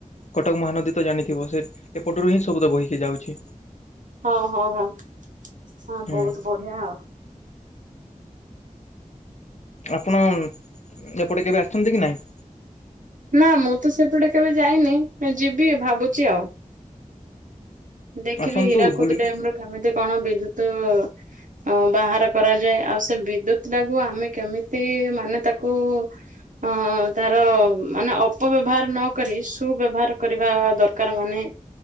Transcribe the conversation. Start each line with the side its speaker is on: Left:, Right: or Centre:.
Left: କଟକ ମହାନଦୀ ତ ଜାନିଥିବ ସେ ଏପଟରୁ ହିଁ ସବୁ ତ ବୋହିକି ଯାଉଛି।
Right: ହଁ ହଁ ହଁ ହଁ
Left: ହୁଁ
Right: ବହୁତ୍ ବଢିଆ ଆଉ।
Left: ଆପଣ ଏପଟେ କେବେ ଆସନ୍ତି କି ନାଇଁ?
Right: ନା ମୁଁ ତ ସେପଟେ କେବେ ଯାଇନି ଯିବି ଭାବୁଛି ଆଉ ଦେଖିବି
Left: ଆସନ୍ତୁ
Right: ହୀରାକୁୋଦ
Left: ବୁଲିକି
Right: ଡ୍ୟାମର କେମିତି କଣ ବିଦ୍ୟୁତ୍ ଉ ଅ ବାହାର କରାଯାଏ ଆଉ ସେ ବିଦ୍ୟୁତ୍ ଚାକୁ ଆମେ କେମିତି ମାନେ ତାକୁ। ହଁ ତାର ମାନେ ଅପବ୍ୟବହାର ନକ ସୁବ୍ୟବହାର କରିବା ଦରକାର ମାନେ।